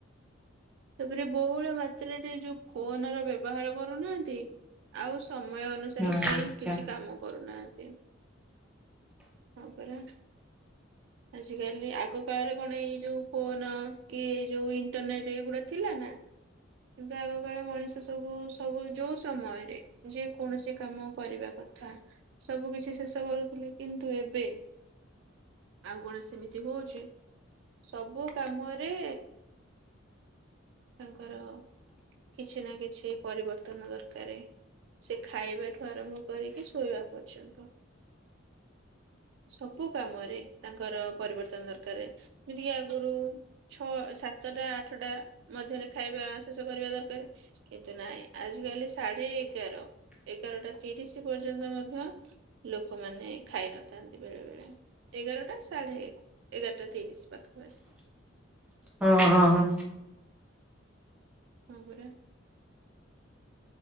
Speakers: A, on the right; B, in the centre.
A: ତାପରେ ବହୁଳ ମାତ୍ରାରେ ଯୋଉ ଫୋନ୍ ର ବ୍ୟବହାର କରୁନାହାନ୍ତି, ଆଉ ସୁ ସମୟ ଅନୁସାରେ
B: ହୁଁ
A: କେହି
B: ଆଚ୍ଛା
A: କିଛି କାମ କରୁନାହା ସେମ ତାପରେ ଆଜିକାଲି ଆଗ କାଳରେ କଣ ଏଇ ଯୋଉ ଫୋନ କି ଏଇ ଯୋଉ ଇଣ୍ଟରନେଟ ଏଗୁଡା। ଥିଲା ନା କିନ୍ତୁ ଆଗକାଳେ ମଣିଷ ସବୁ ସବୁ ଯୋଉ ସମୟରେ ଯେ କୌଣସି କାମ କରିବା କଥା ସବୁ କିଛି ଶେଷ କରୁଥିଲେ କିନ୍ତୁ ଏବେ ଆଉ କଣ ସେମିତି ହଉଛି ସବୁ କାମରେ। ତାଙ୍କର କିଛି ନା କିଛି ପରିବର୍ତ୍ତନ ଦରକାରାରେ ସେ ଖାଇବା ଠୁ ଆରମ୍ଭ କରିକି ଶୋଇବା ପର୍ଯ୍ୟନ୍ତ ସବୁ କାମରେ ତାଙ୍କର ପରିବର୍ତ୍ତନ ଦରକାର ଯେମିତିକି ଆଗରୁ। ଛଅ ସାତଟା ଆଠଟା। ମଧ୍ୟରେ ଖାଇବା ଶେଷ କରିବା ଦରକାର କିନ୍ତୁ ନହିଁ ଆଜ କାଲି ସାଢେ ଏଗାର ଏଗାରଟା ତିରିଶ ପର୍ଯ୍ୟନ୍ତ ମଧ୍ୟ ଲୋକମାନେ ଖାଇନଥାନ୍ତି ବେଳେ ବେଳେ ଏଗାରଟା ସାଢେ ଏଗାରଟା ତିରିଶ ପାଖାପାଖି।
B: ହଁ ହଁ ହଁ।
A: ହଁ ପରା